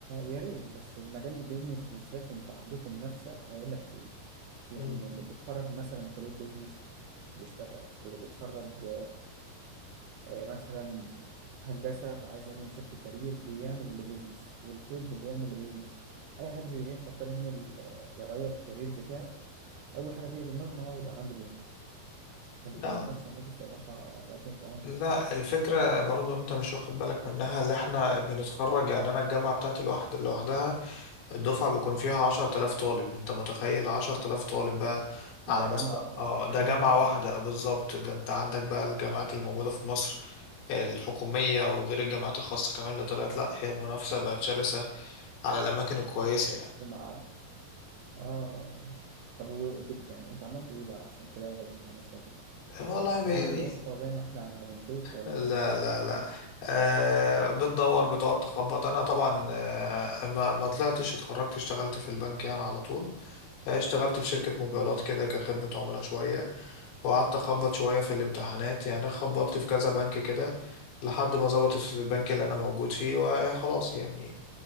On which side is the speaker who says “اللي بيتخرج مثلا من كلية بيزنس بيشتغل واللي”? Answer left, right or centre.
Right